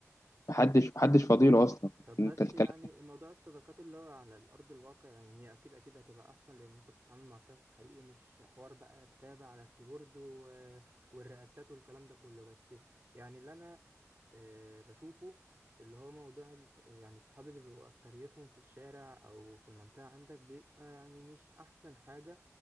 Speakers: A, on the left; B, on the right.
A: محدش محدش فاضيله اصلا
B: طب
A: انت
B: بس
A: الكلام
B: يعني الموضوع الصداقات اللي هو على الأرض الواقع يعني هي أكيد أكيد هتبقى أحسن لأن أنت بتتعامل مع شخص حقيقي مش حوار بقى كتابة على الكيبورد و... والرياكتات والكلام ده كله بس يعني اللي أنا آه، بشوفه اللي هو موضوع الص- يعني الصحاب اللي بيبقوا أكتريتهم في الشارع أو في المنطقة عندك بيبقى يعني مش أحسن حاجة